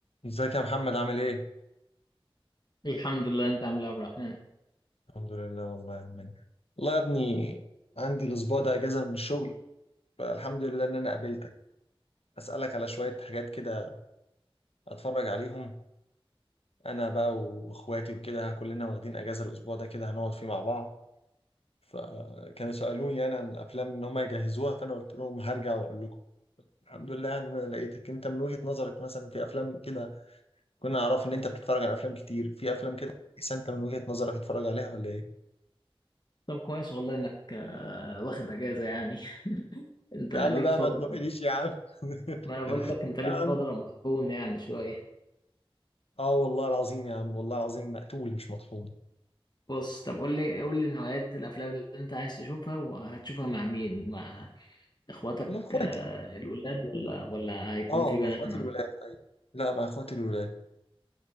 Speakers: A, on the left; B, on the left.
A: ازيك يا محمد عامل ايه؟
B: الحمد لله انت عامل ايه يا عبد الرحمن
A: الحمد لله والله يا عمنا والله يا ابني عندي الاسبوع ده اجازه من الشغل فالحمد لله ان انا قابلتك اسالك على شويه حاجات كده اتفرج عليهم انا بقى واخواتي وكده كلنا واخدين اجازه الاسبوع ده كده هنقعد فيه مع بعض فكانوا سالوني انا عن افلام ان هم يجهزوها فانا قلت لهم هرجع واقول لكم الحمد لله ان انا لقيتك انت من وجهه نظرك مثلا في افلام كده كنا نعرف ان انت بتتفرج على افلام كتير في افلام كده كويسه انت من وجهه نظرك تتفرج عليها ولا ايه؟
B: طب كويس والله انك آه، واخد اجازه يعني <laughs> انت
A: يا
B: ليك
A: عم بقى
B: فتره
A: ما تنقليش يا عم <laughs>
B: ما انا بقول لك انت ليك
A: يا
B: فتره
A: عم
B: مطحون يعني شويه
A: اه والله العظيم يا عم والله العظيم مقتول مش مطحون
B: بص طب قول لي قول لي نوعيات الافلام اللي انت عايز تشوفها وهتشوفها مع مين مع اخواتك
A: مع اخواتي
B: آه، الولاد ولا ولا هيكون
A: اه
B: في
A: مع
B: بنات
A: اخواتي
B: معاك
A: الولاد ايوه لا مع اخواتي الولاد